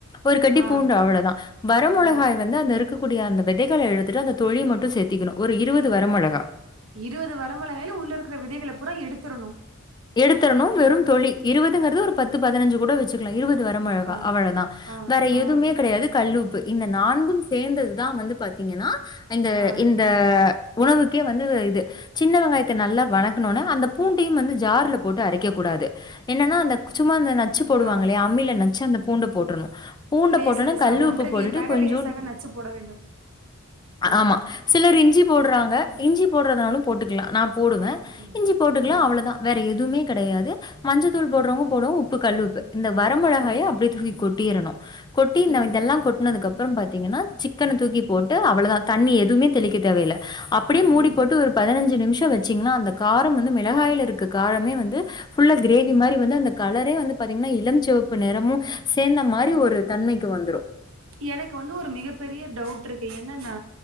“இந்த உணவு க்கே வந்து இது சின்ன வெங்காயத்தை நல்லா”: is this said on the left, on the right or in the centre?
Left